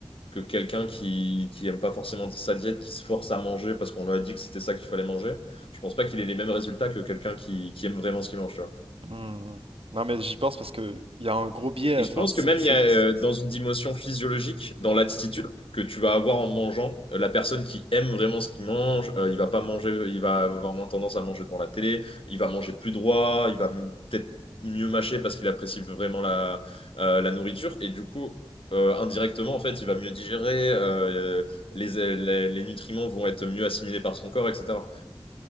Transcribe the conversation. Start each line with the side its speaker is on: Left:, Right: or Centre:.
Left: que quelqu'un qui, qui aime pas forcément sa diète, qui se force à manger parce qu'on lui a dit que c'était ça qu'il fallait manger. Je pense pas qu'il ait les mêmes résultats que quelqu'un qui, qui aime vraiment ce qu'il mange.
Right: Hmm. Non, mais j'y pense parce que il y a un gros biais.
Left: Et je
Right: Enfin,
Left: pense
Right: c'est.
Left: que même
Right: c'est-
Left: il y a euh,
Right: c'est- c'est-
Left: dans une dimension physiologique, dans l'attitude que tu vas avoir en mangeant, euh, la personne qui aime vraiment ce qu'il mange, euh, il va pas manger, il va avoir moins tendance à manger devant la télé, il va manger plus droit, il va m- peut-être mieux mâcher parce qu'il apprécie vraiment la, euh, la nourriture. Et du coup, euh, indirectement, en fait, il va mieux digérer, euh, les, les, les nutriments vont être mieux assimilés par son corps, etc.